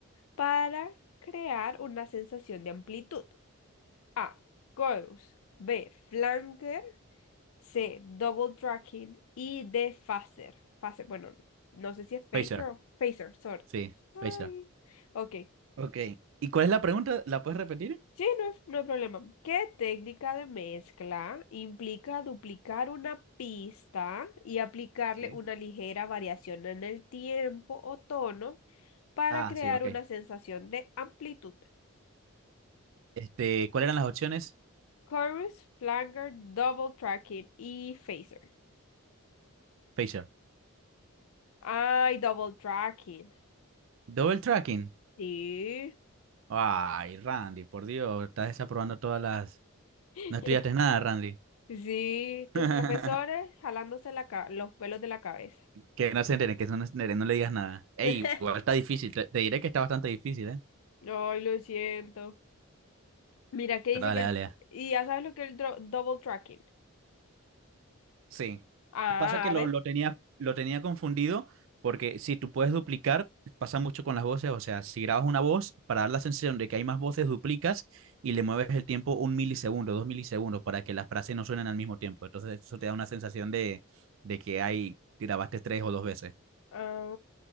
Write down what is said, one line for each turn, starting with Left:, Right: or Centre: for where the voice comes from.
Left: para crear una sensación de amplitud? A. Chorus. B. Flanger. C. Double tracking. Y D. Phaser. Phaser, bueno, no sé si es phaser
Right: Phaser.
Left: o phaser, sorry.
Right: Sí,
Left: Sorry.
Right: fecha.
Left: Ok.
Right: Ok. ¿Y cuál es la pregunta? ¿La puedes repetir?
Left: Sí, no hay, no hay problema. ¿Qué técnica de mezcla implica duplicar una pista y aplicarle
Right: Sí.
Left: una ligera variación en el tiempo o tono para
Right: Ah,
Left: crear
Right: sí, ok.
Left: una sensación de amplitud?
Right: Este, ¿cuáles eran las opciones?
Left: Chorus, flanger, double tracking y phaser.
Right: Facial.
Left: Ay, double tracking.
Right: Double tracking.
Left: Sí.
Right: Ay, Randy, por Dios, estás desaprobando todas las...
Left: <laughs>
Right: No estudiaste nada, Randy.
Left: Sí, tus
Right: <laughs>
Left: profesores jalándose la ca- los pelos de la cabeza.
Right: Que no se entere, que no se entere, no le digas nada. Ey,
Left: <laughs>
Right: igual está difícil, te, te diré que está bastante difícil, ¿eh?
Left: Ay, lo siento. Mira, que dice
Right: Pero dale,
Left: que el...
Right: dale.
Left: Y ya sabes lo que es el dro- double tracking.
Right: Sí.
Left: Ah,
Right: Pasa que
Left: a
Right: lo,
Left: ver.
Right: lo tenía, lo tenía confundido porque si tú puedes duplicar, pasa mucho con las voces. O sea, si grabas una voz, para dar la sensación de que hay más voces, duplicas y le mueves el tiempo un milisegundo, dos milisegundos, para que las frases no suenen al mismo tiempo. Entonces, eso te da una sensación de, de que hay, grabaste tres o dos veces.
Left: Ah,